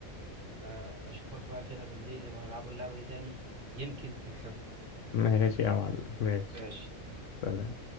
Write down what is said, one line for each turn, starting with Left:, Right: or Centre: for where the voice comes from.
Right: آه، اشوفك بقى كده بالليل لما نلعبوا اللعبة دي تاني يمكن تكسب
Left: ماشي يا معلم ماشي
Right: ماشي
Left: سلام.